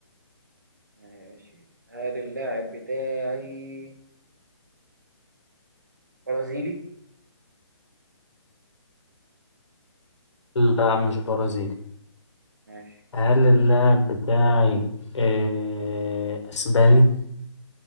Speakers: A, on the right; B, on the left.
A: ماشي هل اللاعب بتاعي برازيلي؟
B: لا مش برازيلي
A: ماشي
B: هل اللاعب بتاعي آه، أسباني؟